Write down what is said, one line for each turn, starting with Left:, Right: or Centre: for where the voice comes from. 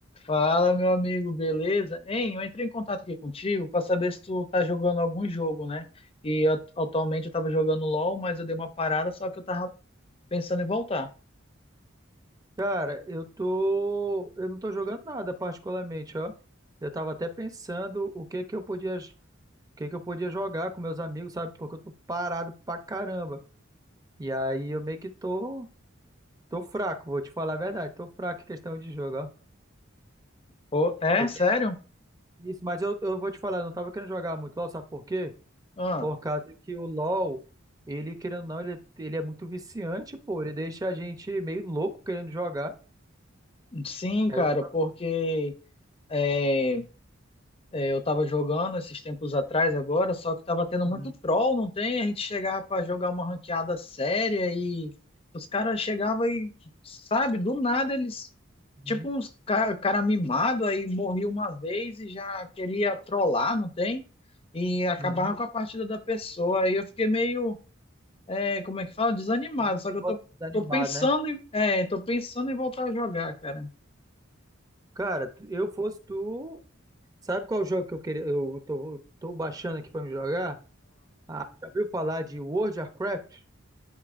Left: Fala, meu amigo, beleza? Hein, eu entrei em contato aqui contigo para saber se tu tá jogando algum jogo, né? E at- atualmente eu tava jogando LOL, mas eu dei uma parada, só que eu tava pensando em voltar.
Right: Cara, eu tô, eu não tô jogando nada particularmente, ó. Eu tava até pensando o que que eu podia, o que que eu podia jogar com meus amigos, sabe? Porque eu tô parado pra caramba. E aí eu meio que tô, tô fraco, vou te falar a verdade, tô fraco em questão de jogo, ó.
Left: Pô, é?
Right: Eu
Left: Sério?
Right: tenho isso, mas eu, eu vou te falar, eu não tava querendo jogar muito LoL, sabe por quê?
Left: Ah,
Right: Por causa que o LoL, ele querendo ou não, ele, ele é muito viciante, pô, ele deixa a gente meio louco querendo jogar.
Left: sim, cara,
Right: Aí eu não tava...
Left: porque eh, É, eu tava jogando esses tempos atrás agora, só que tava tendo
Right: Uhum,
Left: muito troll, não tem? A gente chegava pra jogar uma ranqueada séria e os caras chegavam e, sabe, do nada eles,
Right: uhum,
Left: tipo uns ca- cara, mimado, aí morria uma vez e já queria trollar, não tem? E acabava
Right: uhum.
Left: com a partida da pessoa. Aí eu fiquei meio, é, como é que fala? Desanimado,
Right: Ele
Left: só
Right: tem
Left: que eu
Right: voto
Left: tô,
Right: desanimado,
Left: tô pensando
Right: né?
Left: em, é, tô pensando em voltar a jogar, cara.
Right: Cara, t- eu fosse tu. Sabe qual jogo que eu queria? Eu tô, tô baixando aqui pra me jogar? Ah, já ouviu falar de World of Warcraft?